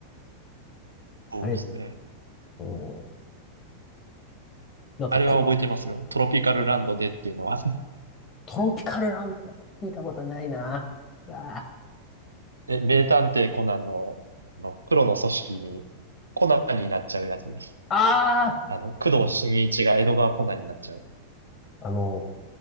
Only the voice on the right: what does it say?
そうですね。
あれは覚えてますよ。トロピカルランドでっていうのは
え、名探偵コナンの、あの、黒の組織に、コナンになっちゃうやつです。
あの、工藤新一が江戸川コナンになっちゃう。